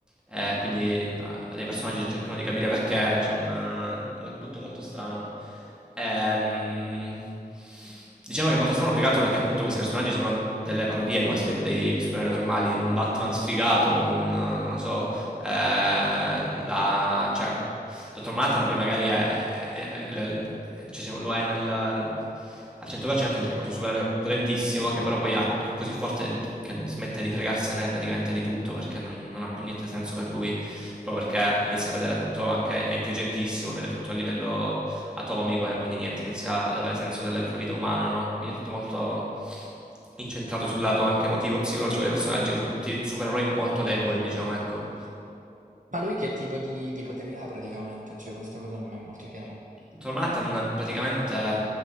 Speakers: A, in the centre; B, on the right (about 50°).
A: eh, quindi eh, le personaggi cercano di capire perché, c'è un, eh, mol- tutto molto strano. Ehm, diciamo che è molto strano più che altro perché appunto questi personaggi sono delle parodie quasi de- dei, supereroi normali, un Batman sfigato, un, eh, non lo so, eh, la, cioè, dottor Manhattan poi magari è, è- è- è- cioè, lo è nel, al 100% perché è questo supereroe potentissimo che però poi ha- che è così forte che smette di fregarsene praticamente di tutto perché non, non ha più niente senso per lui, proprio perché inizia a vedere tutto, anche è intelligentissimo, vede tutto a livello atomico e quindi niente, inizia ad avere senso della sua vita umana, no? Quindi è tutto molto incentrato sul lato anche emotivo e psicologico dei personaggi che sono tutti supereroi molto deboli, diciamo, ecco.
B: Ma lui che tipo di, di poteri ha praticamente? Cioè, questa cosa non mi è molto chiara.
A: Dottor Manhattan praticamente